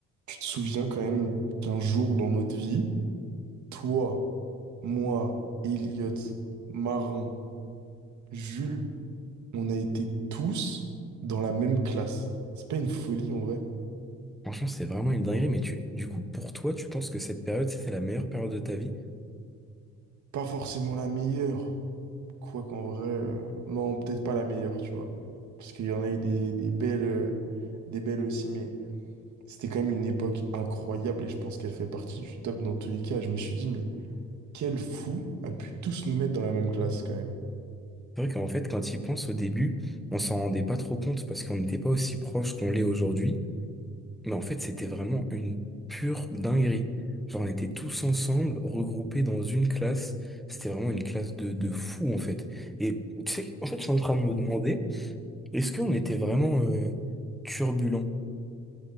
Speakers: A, on the right; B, in the centre.
A: Tu te souviens quand même qu'un jour dans notre vie, toi, moi, Elliot, Marin, Jules, on a été tous dans la même classe. C'est pas une folie en vrai.
B: Franchement, c'est vraiment une dinguerie, mais tu, du coup, pour toi, tu penses que cette période, c'était la meilleure période de ta vie?
A: Pas forcément la meilleure. Quoi qu'en vrai, euh, non, peut-être pas la meilleure, tu vois. Parce qu'il y en a eu des, des belles, euh, des belles aussi, mais c'était quand même une époque incroyable et je pense qu'elle fait partie du top dans tous les cas. Je me suis dit, mais quel fou a pu tous nous mettre dans la même classe quand même.
B: C'est vrai qu'en fait, quand il pense au début, on s'en rendait pas trop compte parce qu'on n'était pas aussi proche qu'on l'est aujourd'hui. Mais en fait, c'était vraiment une pure dinguerie. Genre, on était tous ensemble, regroupés dans une classe. C'était vraiment une classe de, de fous, en fait. Et tu sais, en fait, je suis en train de me demander, est-ce qu'on était vraiment euh, turbulents?